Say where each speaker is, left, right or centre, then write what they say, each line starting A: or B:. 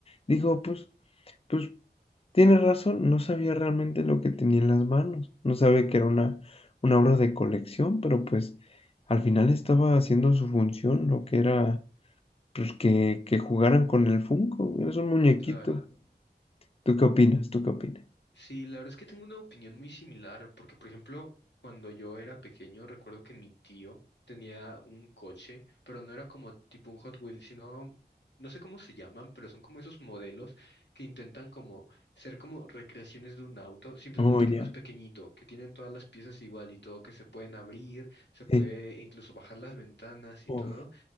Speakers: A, on the left; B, on the left.
A: digo, pues, pues tiene razón, no sabía realmente lo que tenía en las manos, no sabe que era una, una obra de colección, pero pues al final estaba haciendo su función, lo que era pues que, que jugaran con el Funko, eres un muñequito.
B: Claro.
A: ¿Tú qué opinas? ¿Tú qué opinas?
B: Sí, la verdad es que tengo una opinión muy similar, porque por ejemplo, cuando yo era pequeño, recuerdo que mi tío tenía un coche, pero no era como tipo un Hot Wheels, sino, no sé cómo se llaman, pero son como esos modelos que intentan como ser como recreaciones de un auto, simplemente
A: Oh, ya,
B: que más pequeñito, que tienen todas las piezas igual y todo, que se pueden abrir, se puede
A: sí,
B: incluso bajar las ventanas
A: oh,
B: y todo.